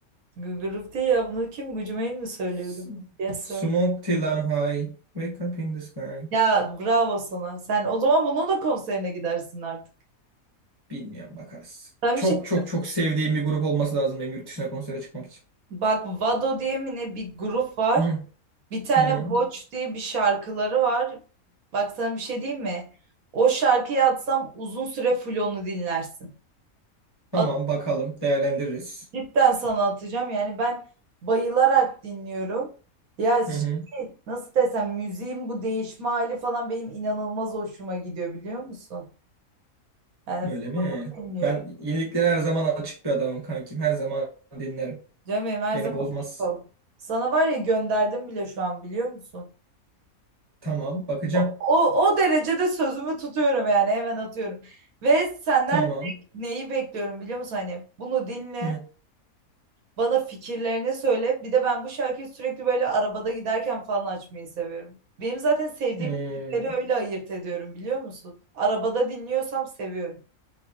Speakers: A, on the right; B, on the right.
A: Gıgırıf değil ya bunu kim Gucumail mi söylüyordu?
B: S-
A: Yes sir.
B: Smoke till I'm high, wake up in the sky.
A: Ya bravo sana. Sen o zaman bunun da konserine gidersin artık.
B: Bilmiyorum bakarız.
A: Ben
B: Çok
A: bir şey
B: çok çok sevdiğim bir grup olması lazım benim yurt dışına konsere çıkmak için.
A: bak Vado diye mi ne bir grup var.
B: Hı,
A: Bir tane
B: hı.
A: Watch diye bir şarkıları var. Bak sana bir şey diyeyim mi? O şarkıyı atsam uzun süre full onu dinlersin.
B: Tamam
A: At,
B: bakalım değerlendiririz.
A: cidden sana atacağım. Yani ben bayılarak dinliyorum. Ya
B: Hı hı.
A: şey, nasıl desem müziğin bu değişme hali falan benim inanılmaz hoşuma gidiyor biliyor musun? Yani
B: Öyle mi?
A: Bilmiyorum.
B: Ben yeniliklere her zaman açık bir adamım kankim. Her zaman dinlerim.
A: Canım benim her
B: Beni
A: zaman
B: bozmaz.
A: açık ol. Sana var ya gönderdim bile şu an biliyor musun?
B: Tamam bakacağım.
A: O, o, o derecede sözümü tutuyorum yani hemen atıyorum. Ve senden
B: Tamam.
A: tek neyi bekliyorum biliyor musun? Hani bunu dinle,
B: Hı,
A: bana fikirlerini söyle. Bir de ben bu şarkıyı sürekli böyle arabada giderken falan açmayı seviyorum. Benim zaten sevdiğim
B: hı.
A: müzikleri öyle ayırt ediyorum biliyor musun? Arabada dinliyorsam seviyorum.